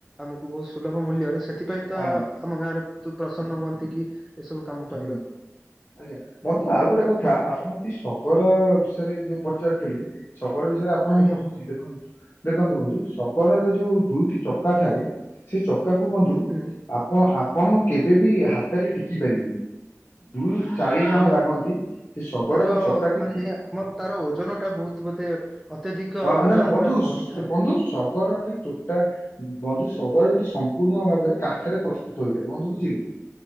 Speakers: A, in the centre; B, on the left.
A: ଆମକୁ ବହୁତ ସୁଲଭ ମୂଲ୍ୟରେ ସେ ସେଥିପାଇଁ ତ
B: ଆଜ୍ଞା
A: ଆମ ଗାଁ ରେ ବହୁତ ପ୍ରସନ୍ନ ହୁଅନ୍ତି କି ଏସବୁ କାମ କରିବାକୁ
B: ଆଜ୍ଞା ଆଜ୍ଞା ବନ୍ଧୁ
A: ଆଜ୍ଞା
B: ଆଉ ଗୋଟେ କଥା କଥା ଆପଣ ଯଦି ଶଗଡ଼ ବିଷୟରେ ଯୋଉ ପଚାରୁଥିଲେ ଶଗଡ଼ ବିଷୟରେ ଆପଣଙ୍କୁ
A: ଆଜ୍ଞା
B: କହୁଛି ଦେଖନ୍ତୁ ଦେଖନ୍ତୁ ବନ୍ଧୁ ଶଗଡ଼ରେ ଯୋଉ ଦୁଇଟି ଚକା ଥାଏ ସେ ଚକାକୁୁ ବନ୍ଧୁ
A: ହୁଁ
B: ଆପ୍ ପ ଆପଣ କେବେ ବି ହାତରେ ଟେକି ପାରିବେନି। ଦୁଇରୁ ଚାରି ଜଣ
A: ଆଜ୍ଞା
B: ଲାଗନ୍ତି
A: ବନ୍ଧୁ।
B: ସେ ଶଗଡ଼ର
A: ତାର
B: ଚକାଟିକି
A: ମାନେ
B: ଅ
A: ଆମ ତାର ଓଜନ ଟା ବହୁତ ବୋଧେ ଅତ୍ୟଧିକ ଓଜନ
B: ନା ନା ବନ୍ଧୁ
A: ଟା ବଢିଥାଏ
B: ଶ୍ ବନ୍ଧୁ ଶଗଡ଼ ଟେ ଟୋ ବନ୍ଧୁ ଶଗଡ଼ଟି ସମ୍ପୂର୍ଣ୍ଣ ଭାବରେ କାଠରେ ପ୍ରସ୍ତୁତ ହୋଇଥାଏ ବନ୍ଧୁ ବୁଝିଲେ?